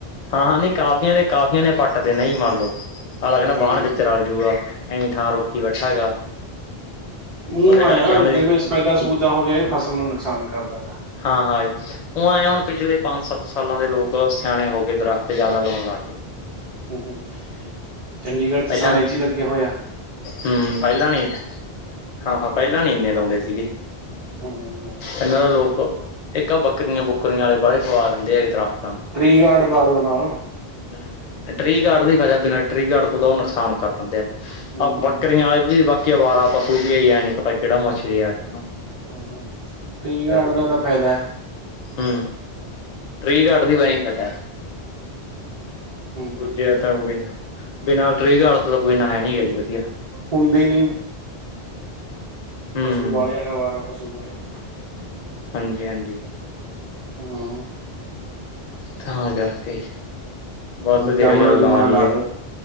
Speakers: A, on the left (about 55°); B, on the right (about 40°).
A: ਹਾਂ-ਹਾਂ ਨੀ ਕਾਫੀਆਂ ਦੇ ਕਾਫੀਆਂ ਨੇ ਪੱਟ ਤੇ ਨਾ ਜੀ ਮੰਨ ਲੋ, ਅਗਲਾ ਕੈਂਦਾ
B: ਹੂੰ
A: ਵਾਨ ਵਿਚ ਰਲ ਜੂਗਾ। ਐਵੀਂ ਥਾਂ ਰੋਕੀ ਬੈਠਾ ਹੈਗਾ।
B: ਊਂ
A: ਉਹਦੇ ਕਰਕੇ
B: ਐਂ ਆ
A: ਹੁਣ
B: ਜਿਵੇਂ ਸਪੇਦਾ ਸਪੁੱਦਾ ਹੋ ਗੇਆ ਏ ਫਸਲ ਨੂੰ ਨੁਕਸਾਨ ਕਰਦਾ ਵਾ।
A: ਹਾਂ-ਹਾਂ ਜੀ ਊਂ ਐਂ ਆ ਹੁਨ ਪਿਛਲੇ ਪੰਜ ਸੱਤ ਸਾਲਾਂ ਦੇ ਲੋਕ ਸਿਆਣੇ ਹੋਗੇ ਦਰੱਖਤ ਜਾਦਾ ਲੌਨ ਲਾਗੇ।
B: ਹੂੰ ਚੰਡੀਗੜ੍ਹ ਚ
A: ਪਹਿਲਾਂ
B: ਸਾਰੇ
A: ਨੀ
B: ਚ ਈ ਲਗੇ ਹੋਏ ਆ।
A: ਹੂੰ ਪੈਲਾਂ ਨੀ, ਹਾਂ-ਹਾਂ ਪੈਂਲਾ ਨੀ ਇੰਨੇ ਲੌਂਦੇ ਸੀਗੇ।
B: ਹੂੰ
A: ਏਨਾ ਦਾ ਲੋਕ ਇਕ ਬੱਕਰੀਆਂ ਬੁੱਕਰੀਆਂ ਅਲੇ ਬੜ੍ਹੇ ਸਵਾ ਲੈਂਦੇ ਐ ਦਰਖਤਾ ਨੂੰ।
B: ਟ੍ਰਿ ਗਾਰਡ ਲਾ ਦਿਓ ਨਾਲ।
A: ਹਮ-ਹਮ ਅ ਟ੍ਰਿ ਗਾਰਡ ਦਾ ਈ ਫੈਦੇ ਬਿਨਾਂ ਟ੍ਰਿ ਗਾਰਡ ਤੋਂ ਤਾ ਓ ਨੁਕਸਾਨ ਕਰ ਦਿੰਦੇ ਐ।
B: ਹੂੰ
A: ਆ ਬੱਕਰੀਆਂ ਅਰ ਵੀ ਬਾਕੀ ਆ ਅਵਾਰਾ ਪਸੂ ਵੀ ਹੈ ਈ ਐ। ਐ ਨੀ ਪਤਾ ਕੇੜਾ ਮੱਛਰੇਯਾ ਕੇ ਨਾ।
B: ਹਾਂ। ਟੀ ਗਾਰਡ
A: ਤੇ
B: ਦਾ ਤਾਂ ਫਾਇਦਾ ਹੈ
A: ਹਮ। ਟ੍ਰਿ ਗਾਰਡ ਦੀ ਬੈਨੀਫਿਟ ਐ।
B: ਹੂੰ
A: ਦੂਜਿਆਂ ਤਾ ਓ ਏਨਾ। ਬਿਨਾ ਟ੍ਰਿ ਗਾਰਡ ਤੋ ਤਾ ਕੋਈ ਨਾ ਈ ਨੀ ਹੈਗਾ ਜੀ ਵਧੀਆ।
B: ਹੁੰਦੇ ਈ ਨੀ।
A: ਹੂੰ
B: ਪਸੂ ਬਾਲਿਆ ਨਾ ਅਵਾਰਾ ਪਸੂ ਬਾਲਿਆ।
A: ਹਾਂਜੀ-ਹਾਂਜੀ।
B: ਹਮ।
A: ਥਾਂ ਕਰਕੇ ਬਸ ਮੈਂ
B: ਜਾਮਣਾ
A: ਕਿਆ ਚੱਲ
B: ਜੁਮਣਾ
A: ਲਾ ਲੀਏ।
B: ਦਿਓ